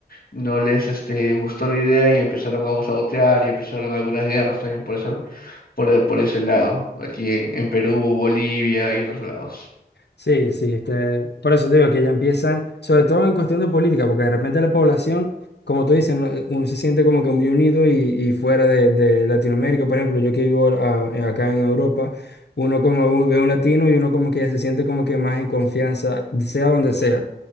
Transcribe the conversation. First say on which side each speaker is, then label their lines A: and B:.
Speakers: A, on the left; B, on the left.
A: no les este, gustó la idea y empezaron a sabotear y empezaron algunas guerras también por esa, por, por ese lado, aquí en, en Perú, Bolivia y otros lados.
B: Sí, sí, es que por eso te digo que ya empiezan, sobre todo en cuestión de política, porque de repente la población, como tú dices, no- Eh, uno se siente como que muy unido y, y fuera de, de Latinoamérica, por ejemplo, yo que vivo ah, en- acá en Europa, uno como ve un latino y uno como que se siente como que más en confianza, sea donde sea.